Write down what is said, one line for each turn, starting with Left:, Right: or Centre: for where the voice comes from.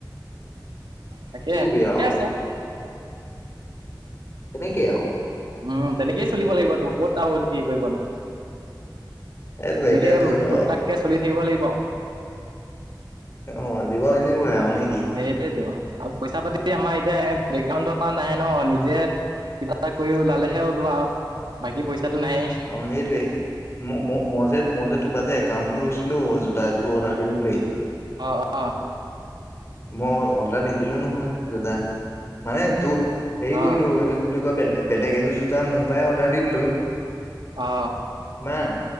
Right: তাকে
Left: কি কবি
Right: ঠিকে
Left: আৰু
Right: আছে।
Left: তেনেকেই আও।
Right: উম তেনেকেই চলিব লাগিব তো ক'ত আৰু হেৰি কৰিবানো।
Left: সেইটোৱে
Right: তেনেকে
Left: এতিয়া ধৰি ল
Right: টোক টাককে চলি থাকিব লাগিব।
Left: অ জীৱন এনেকুৱাই আৰু নে কি?
Right: সেইটোয়েতো আৰু পইচা পাতি আমাৰ এতিয়া বেকগ্ৰাউণ্ডৰ পা নাই ন, নিজে - কিবা এটা কৰি ওলালেহে ওলোৱা আও বাকী পইচাটো নাইয়েই।
Left: অ সেইটোৱে। ম ম মই যে মই যে তো পা যে একাউণ্টটো লৈছিলো জোতা এযোৰ অৰ্ডাৰ দিম বুলি -
Right: অঁ অঁ।
Left: মই অৰ্ডাৰ নিদিলো নহয় জোতা, মানে তোৰ - হেৰি
Right: অ
Left: কৰিলো এইটো কি বুলি কয় বেলেগ বেলেগ এযোৰ জোতা মোৰ পৰাই অৰ্ডাৰ দি দিলো।
Right: অ।
Left: মানে